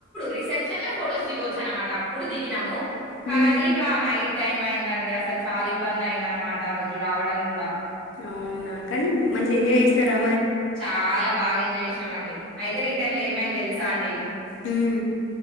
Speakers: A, in the centre; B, on the left (about 80°).
A: రిసెప్షన్ ల ఫొటోస్ దిగొచ్చు అనమాట అప్పుడు దిగినము,
B: హ్మ్
A: కానది ఇగ నైట్ టైమ్ అయిందండి అసలు చాలా ఇబ్బంది అయింది అనమాట, ఆ రోజు రావడం కూడా
B: అవునా కానీ మంచి ఎంజాయ్ చేసినరా?
A: చాలా బాగా ఎంజాయ్ చేసినం అండి అయితే రిటర్న్ల ఏమైంది తెలుసా అండి,
B: హ్మ్